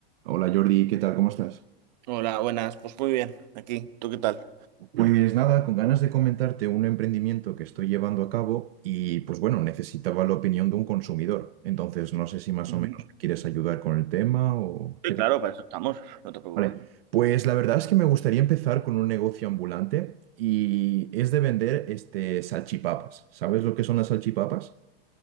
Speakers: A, on the right; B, on the right.
A: Hola Jordi, ¿qué tal? ¿Cómo estás?
B: Hola, buenas. Pues muy bien, aquí. ¿Tú qué tal?
A: Pues nada, con ganas de comentarte un emprendimiento que estoy llevando a cabo y pues bueno, necesitaba la opinión de un consumidor. Entonces, no sé si más
B: Ujú.
A: o menos me quieres ayudar con el tema o
B: Sí,
A: qué
B: claro,
A: te parece.
B: para eso estamos. No te preocupes.
A: Vale, pues la verdad es que me gustaría empezar con un negocio ambulante y es de vender este salchipapas. ¿Sabes lo que son las salchipapas?